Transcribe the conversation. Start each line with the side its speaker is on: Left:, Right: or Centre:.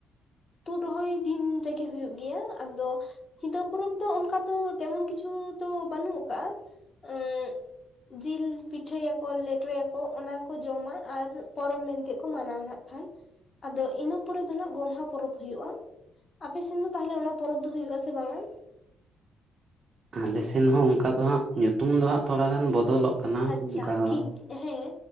Left: ᱛᱩᱫ ᱨᱚᱦᱚᱭ ᱫᱤᱱ ᱨᱮᱜᱮ ᱦᱩᱭᱩᱜ ᱜᱮᱭᱟ ᱟᱫᱚ ᱪᱤᱛᱟᱹᱣ ᱯᱚᱨᱚᱵᱽ ᱫᱚ ᱚᱱᱠᱟ ᱫᱚ ᱛᱮᱢᱚᱱ ᱠᱤᱪᱷᱩ ᱛᱚ ᱵᱟᱹᱱᱩᱜ ᱟᱠᱟ-ᱜ ᱩᱸᱜ ᱡᱤᱞ ᱯᱤᱴᱷᱟᱹᱭᱟᱠᱚ ᱞᱮᱴᱚᱭᱟᱠᱚ ᱚᱱᱟᱠᱚ ᱡᱚᱢᱟ ᱟᱨ ᱯᱚᱨᱚᱢ ᱢᱮᱱᱛᱮ ᱠᱚ ᱢᱟᱱᱟᱣᱟ ᱱᱟᱦᱟᱸᱜ᱾ ᱠᱷᱟᱱ᱾ ᱟᱫᱚ ᱤᱱᱟᱹ ᱯᱚᱨᱮ ᱫᱚ ᱱᱟᱦᱟᱸᱜ ᱜᱚᱢᱦᱟ ᱯᱚᱨᱚᱵᱽ ᱦᱩᱭᱩᱜ-ᱟ᱾ ᱟᱯᱮᱥᱮᱱ ᱫᱚ ᱛᱟᱦᱚᱞᱮ ᱚᱱᱟ ᱯᱚᱨᱚᱵᱽ ᱫᱚ ᱦᱩᱭᱩᱜ-ᱟ ᱥᱮ ᱵᱟᱝ-ᱟ?
Right: ᱟᱞᱮᱥᱮᱱ ᱦᱚᱸ ᱚᱱᱠᱟ ᱫᱚ ᱦᱟᱸᱜ ᱧᱩᱛᱩᱢ ᱫᱚ ᱦᱟᱸᱜ ᱛᱷᱚᱲᱟ ᱜᱟᱱ ᱵᱚᱫᱚᱞᱚᱜ ᱠᱟᱱᱟ
Left: ᱟᱪᱪᱷᱟ
Right: ᱚᱱᱠᱟ ᱫᱚ
Left: ᱴᱷᱤᱠ ᱜᱮ ᱦᱮᱸ